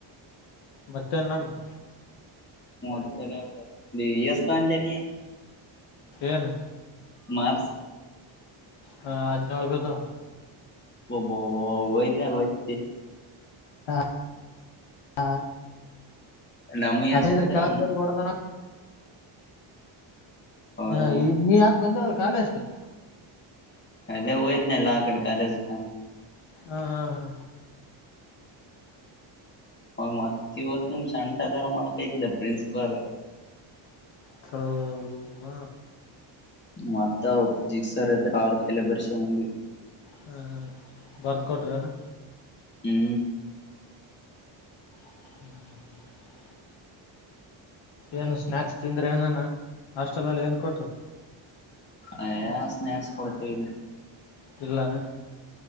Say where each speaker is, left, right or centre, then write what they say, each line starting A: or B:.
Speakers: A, on the left; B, on the left.
A: ಮತ್ತೆ ಏನ್ ನಡ್ರಿ
B: ಹೂ ಮದತ್ತ ಲೇ ಎಸ್ಟ್ ತಗಂಡೆ ನೀ
A: ಏನ್
B: ಮಾರ್ಚ್
A: ಹ ಅಡ್ನೆಲು ಬಿಡ್ವು
B: ಒಬ್ಬ ಒಯಲ್ಲೋಯ್ತಿ
A: ಹ ಹ
B: ಡಮಯಸ್
A: ಅದೇ್ರ
B: ಬಿದ್ದಾವನು
A: ಕೆಳದವ್ರ ಹೊಡ್ದನ
B: ಅವನು
A: ಹ ಈ ನೀ ಯಾಕೆ ಬಂದಿರಲ್ಲ ಕಾಲೇಜ್ ಕ
B: ಅಲ್ಲೇ ಹೋಗಿದ್ನಲ್ಲ ಕಾಲೇಜ್ ಕ
A: ಹ ಹಾ ಹಾ
B: ್ ಮತ್ತತ್ ಇವತ್ತು ನಿಮ್ಷಂಟಗಾರ ಮಾಡಕ ಇದ್ದ ಪ್ರಿನ್ಸುಪದ
A: ಹ ಹ
B: ಮತ್ತ ಜಿಸರ್ ಆಾವರ್ ಕಾಯಲೆ ಬರ್ಷಿಕೊಂಡು ಬಂದ್ವಿ
A: ಹಾ ಬರ್ದ ಕೊಟ್ರೇನಾ
B: ಹೂ
A: ಹೂ ಏನು ಸ್ನಾಯಾಕ್ಸ್ ತಿಂದ್ರೆ ಏನಾನ ಹಾಸ್ಟೆಲ್ ಅಲ್ಲಿ ಏನ್ ಕೊಟ್ರು
B: ಅ ಸ್ನಾಕ್ಸ್ ಕೊಡ್ತವಿ
A: ಇಲ್ಲ ಏನ